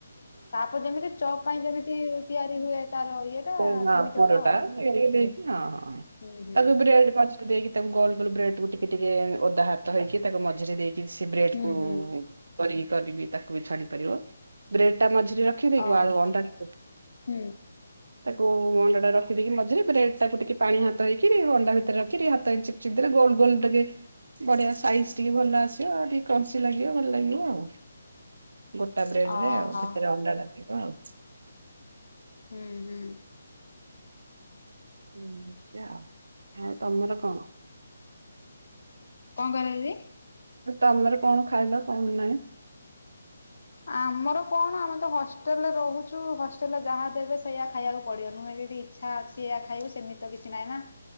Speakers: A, on the left; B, on the right.
A: ତାପରେ ଯେମିତି ଚପ୍ ପାଇଁ ଯେମିତି ତିଆରି ହୁଏ ତାର ଇଏଟା
B: ନା
A: ସେମିତି
B: ପୁରଟା,
A: ହବ ଆଉ।
B: <unintelligible> ହଁ ହଁ।
A: ହୁଁ ହୁଁ
B: ତାକୁ ବ୍ରେଡ୍ ମଝିରେ ଦେଇକି, ତାକୁ ଗୋଲ୍ ଗୋଲ୍ ବ୍ରେଡ୍ କୁୁ ଟିକେ ଟିକେ ଓଦା ହାତ ହେଇକି, ତାକୁ ମଝିରେ ଦେଇକି ସେ ବ୍ରେଡ୍
A: ହୁଁ
B: କୁ
A: ହୁଁ
B: କରିକି, କରିକି ତାକୁ ବି ଛାଣି ପାରିବ, ବ୍ରେଡ୍ ଟା ମଝିରେ ର ରଖିଦେଇକି,
A: ଓହୋ
B: ଆଉ ଅଣ୍ଡା ଟାକୁ
A: ହୁଁ।
B: ତାକୁ ଅଣ୍ଡା ଟା ରଖିଦେଇକି ମଝିରେ, ବ୍ରେଡ୍ ଟାକୁ ଟିକେ ପାଣି ହାତ ହେଇକି, ତାକୁ ଅଣ୍ଡା ଭିତରେ ରଖି ଟିକେ ହାତ ଏମିତି ଚିପ୍ <unintelligible> ଗୋଲ ଗୋଲ ଟିକେ ବଢିଆ। ସାଇଜ ଟିକେ ଭଲ ଆସିବ ଆଉ ଟିକେ କ୍ରଞ୍ଚି ଲାଗିବ ଭଲ ଲାଗିବ ଆଉ। ଗୋଟା ବ୍ରେଡରେ
A: ଓହୋ
B: ଆଉ ଭିତରେ ଅଣ୍ଡାଟା ଥିବ ଆଉ।
A: ହୁଁ ହୁଁ।
B: ହୁଁ ଆଉ ଆଉ ତମର କଣ?
A: କଣ କହିଲ ଦିଦି?
B: ତମର କଣ ଖାଇଲ କଣ ନାହିଁ?
A: ଆମର କଣ ଆମେ ତ ହଷ୍ଟେଲରେ ରହୁଛୁ ହଷ୍ଟେଲରେ ଯାହା ଦେବେ ସେଇଆ ଖାଇବାକୁ ପଡିବ। ନୁହେଁ ଏଠି ଇଚ୍ଛା ଅଛି ଏହା ଖାଇବକୁ ସେମିତି କିଛି ନାହିଁ ନା।